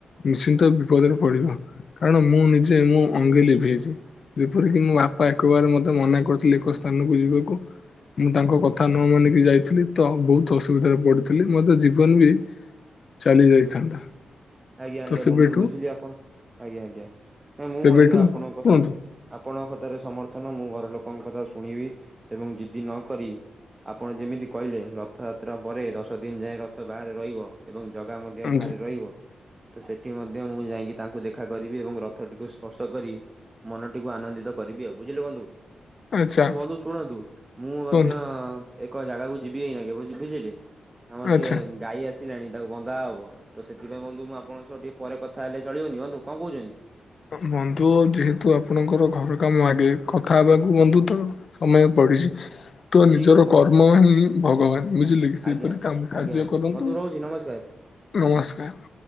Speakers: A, on the left; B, on the right.
A: ନିଶ୍ଚିନ୍ତ ବିପଦରେ ପଡିବ କାରଣ ମୁଁ ନିଜେ ମୁଁ ଅଙ୍ଗେ ଲିଭେଇଛି। ଯେପରିକି ମୋ ବାପା ଏକବାର ମତେ ମନା କରିଥିଲେ ଏକ ସ୍ଥାନକୁ ଯିବାକୁ ମୁଁ ତାଙ୍କ କଥା ନ ମାନିକି ଯାଇଥିଲି ତ ବହୁତ ଅସୁବିଧାରେ ପଡିଥିଲି ମତେ ଜୀବନ ବି ଚାଲି ଯାଇଥାନ୍ତା।
B: ଆଜ୍ଞା
A: ତ
B: ଆଜ୍ଞା
A: ସେବେଠୁ
B: ବନ୍ଧୁ ବୁଝିଲି ଆପଣ ଆଜ୍ଞା ଆଜ୍ଞା ନା ମୁଁ
A: ସେବେଠୁ
B: ମଧ୍ୟ ଆପଣଙ୍କ କଥା
A: କୁହନ୍ତୁ
B: ଆପଣଙ୍କ କଥାରେ ସମର୍ଥନ ମୁଁ ଘର ଲୋକଙ୍କ କଥା ଶୁଣିବି ଏବଂ ଜିଦ୍ଦି ନକରି ଆପଣ ଯେମିତି କହିଲେ ରଥଯାତ୍ରା ପରେ ଦଶ ଦିନ ଯାଏଁ ରଥ ବାହାରେ ରହିବ। ଏବଂ ଜଗା ମଧ୍ୟ
A: ଆଜି
B: ବାହାରେ ରହିବ। ତ ସେଠି ମଧ୍ୟ ମୁଁ ଯାଇକି ତାଙ୍କୁ ଦେଖା କରିବି ଏବଂ ରଥଟିକୁ ସ୍ପର୍ଶ କରି ମନଟିକୁ ଆନନ୍ଦିତ କରିବି ଆଉ ବୁଝିଲେ ବନ୍ଧୁ।
A: ଆଚ୍ଛା
B: ତ ବନ୍ଧୁ ଶୁଣନ୍ତୁ ମୁଁ ମଧ୍ୟ
A: କୁହନ୍ତୁ
B: ଏକ ଜାଗାକୁ ଯିବି ଏଇନା କେ ବୁଝିଲେ। ଆମର
A: ଆଚ୍ଛା।
B: ଟିକେ ଗାଈ ଆସିଲାଣି ତାକୁ ବନ୍ଧା ହବ ତ ସେ ଏବେ ବନ୍ଧୁ ମୁ ଆପଣଙ୍କ ସହ ଟିକେ ପରେ କଥା ହେଲେ ଚଳିବନି ବନ୍ଧୁ କଣ କହୁଛନ୍ତି?
A: ବନ୍ଧୁ ଯେହେତୁ ଆପଣଙ୍କର ଘର କାମ ଆଗେ କଥା ହେବାକୁ ବନ୍ଧୁ ତ ସମୟ ପଡିଛି। ତ
B: ଠିକ୍
A: ନିଜର
B: ଅଛି ବନ୍ଧୁ।
A: କର୍ମ ହିଁ ଭଗବାନ ବୁଝିଲେ କି ସେଇପରି
B: ଆଜ୍ଞା
A: କାମ କାର୍ଯ୍ୟ
B: ଆଜ୍ଞା ବନ୍ଧୁ
A: କରନ୍ତୁ।
B: ବନ୍ଧୁ ରହୁଛି ନମସ୍କାର।
A: ନମସ୍କାର।